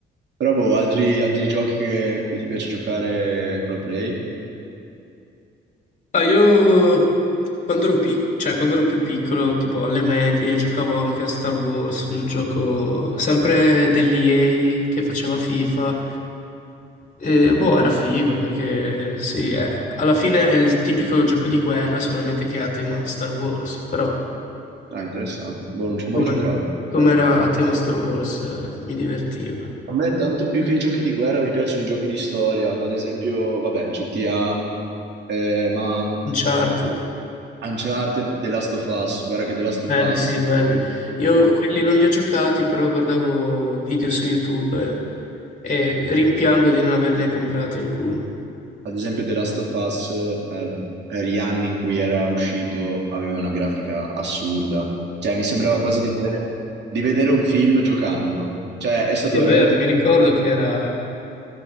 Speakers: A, on the right; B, on the left.
A: Però, boh, altri, altri giochi che- cui ti piace giocare con la Play?
B: Ah, io quando ero, pic- cioè, quando ero più piccolo, tipo alle medie, giocavo anche a Star Wars, un gioco sempre dell'EA che faceva FIFA. E, boh, era figo perché sì, è- alla fine è il tipico gioco di guerra, solamente che è a tema Star Wars. Però
A: Ah, interessante. Boh, non ci ho mai
B: come,
A: giocato. cioè.
B: come era a tema Star Wars, eh, mi divertiva.
A: A me tanto più che i giochi di guerra mi piacciono i giochi di storia, ad esempio, vabbè, GTA, eh, ma
B: Uncharted.
A: Uncharted, The Last of Us, guarda che The Last
B: Belli,
A: of Us,
B: sì, belli. Io
A: o-
B: quelli
A: o-
B: non li ho giocati, però guardavo video su YouTube eh, e rimpiango di non averne comprati alcuni.
A: ad esempio The Last of Us, eh, per gli anni in cui era uscito, aveva una grafica assurda, cioè mi sembrava quasi di vedere, di vedere un film giocando, cioè è stato
B: Sì, è
A: veramente,
B: vero, mi ricordo che era